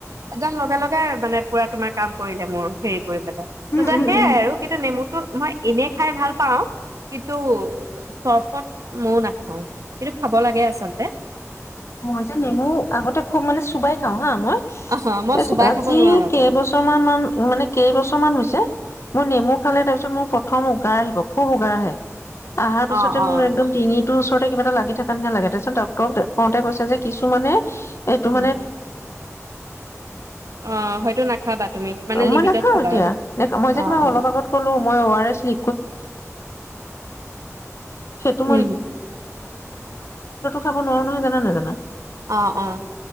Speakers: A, on the right (about 80°); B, on the left (about 55°).
A: <unintelligible>
B: উম
A: <unintelligible>
B: উম
A: <unintelligible>
B: <unintelligible> <unintelligible> <unintelligible>
A: অ মই চোবাই খাব নোৱাৰো আকৌ
B: আহাৰ পিচতে
A: অ অ
B: মোৰ একদম ডিঙি ওচৰতে কিবা এটা লাগি থকা নিচিনা লাগে। তাৰপিচত ডক্তৰক দে <unintelligible> <unintelligible> <inaudible>
A: উম অ হয়তো নাখাবা তুমি মানে
B: মই
A: লিমিটত
B: নেখাও
A: খাবা
B: এতিয়া
A: আৰু
B: মই
A: অ
B: যে তোমাক
A: অ
B: অলপ আগতে কলো মই বেয়ে আৰ এছ <unintelligible> <unintelligible> একো
A: উম
B: খাৱ নোৱাৰো নহয়। জানান নাজানা?
A: অ' অ'